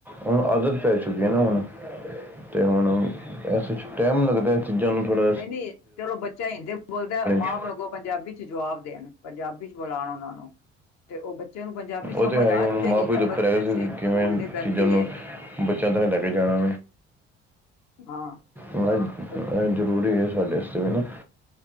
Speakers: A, in the centre; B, on the left.
A: ਉਹਣੂੰ ਆਦਤ ਪੈ ਚੁੱਕੀ ਹੈ ਨਾ ਹੁਣ ਤੇ ਹੁਣ ਇਸ ਟਾਈਮ ਲੱਗਦਾ ਚੀਜ਼ਾਂ ਨੂੰ ਥੋੜ੍ਹਾ
B: ਨਹੀਂ, ਨਹੀਂ ਚਲੋ ਬੱਚਾ ਹਿੰਦੀ ਬੋਲਦਾ ਮਾਂ-ਪਿਓ
A: ਚ
B: ਅਗੋਂ ਪੰਜਾਬੀ ਚ ਜਵਾਬ ਦੇਣ। ਪੰਜਾਬੀ ਚ ਬੋਲਾਉਣ ਉਹਨਾਂ ਨੂੰ। ਤੇ ਉਹ ਬੱਚੇ ਨੂੰ ਪੰਜਾਬੀ ਸਮਝ
A: ਉਹ ਤੇ ਹੈ
B: ਆ
A: ਹੀ ਹੁਣ
B: ਜਾਏਗੀ
A: ਮਾਂ ਪਿਓ ਦੇ
B: ਐਮਰਜੈਂਸੀ
A: ਉੱਪਰ ਹੈਗਾ ਸੀ ਕਿ ਕਿਵੇਂ
B: ਬੋਲਣੀ ਪੈਂਦੀ।
A: ਚੀਜ਼ਾਂ ਨੂੰ ਬੱਚਿਆਂ ਤੱਕ ਲੈ ਕੇ ਜਾਣਾ
B: ਹਾਂ
A: ਵੈਂ
B: ਹਮ
A: ਇਹ ਜ਼ਰੂਰੀ ਹੈ। ਸਾਡੇ ਤੇ ਵੀ